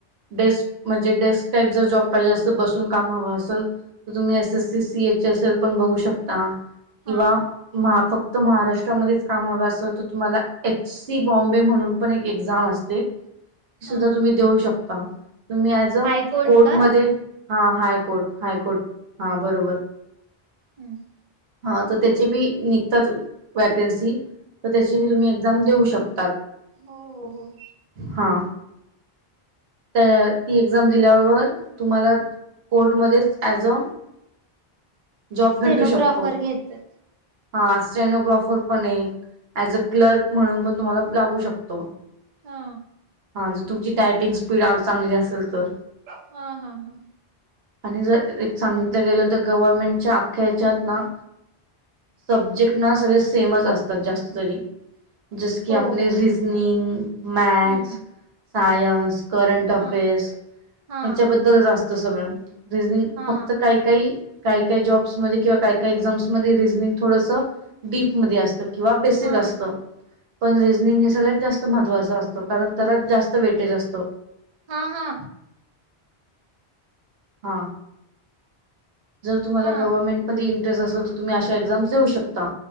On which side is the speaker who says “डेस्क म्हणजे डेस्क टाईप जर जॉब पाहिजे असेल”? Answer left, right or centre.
Right